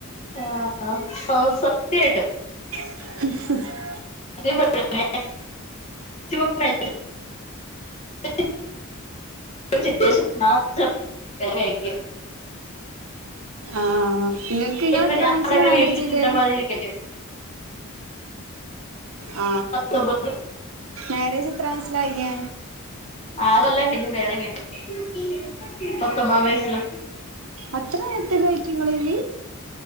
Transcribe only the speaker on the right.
<unintelligible>
ആഹ് ഇങ്ങക്ക് ഇങ്ങള്
എത്രാം
വയസിലാ
മാര്യേജ്
ചെയ്തേ
ആഹ്
മാരേജ് എത്രാം വയസ്സിലാ കഴിഞ്ഞെ
അത്ര നേരത്ത് കഴിക്കും ങ്ങളേല്